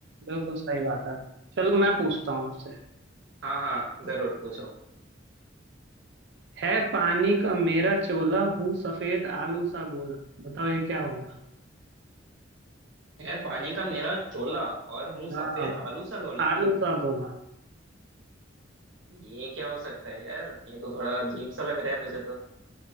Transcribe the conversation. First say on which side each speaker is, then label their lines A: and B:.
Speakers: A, on the right (about 60°); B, on the right (about 80°).
A: बिल्कुल सही बात है आपकी चलो मैं पूछता हूँ आपसे
B: हाँ हाँ जरूर पूछो
A: है पानी का मेरा चोला हूँ सफेद आलू सा गोला बताओ ये क्या होगा
B: यार पानी का मेरा चोला और हूँ
A: हाँ
B: सफेद आलू सा गोला
A: आलू सा गोला
B: ये क्या हो सकता है यार ये तो थोड़ा अजीब सा लग रहा है मुझे तो